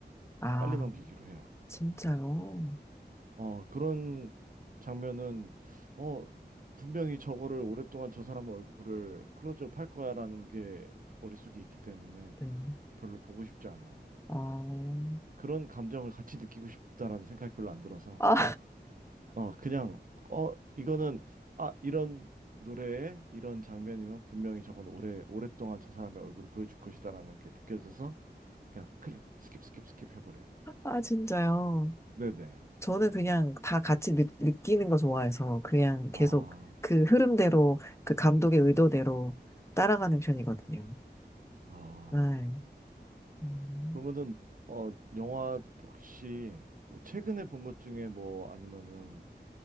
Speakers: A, on the left; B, on the right.
A: 아,
B: 빨리 넘기기로 해요.
A: 진짜요?
B: 어, 그런 장면은, 어, 분명히 저거를 오랫동안 저 사람 얼굴을 클로즈업 할 거야라는 게 머릿속에 있기 때문에
A: 네.
B: 별로 보고 싶지 않아요.
A: 아,
B: 그런 감정을 같이 느끼고 싶다라는 생각이 별로 안 들어서,
A: <laughs> 아,
B: 어, 그냥, 어, 이거는, 아, 이런 노래에 이런 장면이면 분명히 저건 오래, 오랫동안 저 사람의 얼굴을 보여줄 것이다라는 게 느껴져서 그냥 클릭, 스킵, 스킵, 스킵 해버려요.
A: 아, 진짜요?
B: 네네.
A: 저는 그냥 다 같이 느, 느끼는 거 좋아해서 그냥
B: 아,
A: 계속 그 흐름대로 그 감독의 의도대로 따라가는 편이거든요.
B: 아.
A: 네. 음.
B: 그러면은, 어, 영화 혹시 최근에 본 것 중에 뭐 아니면은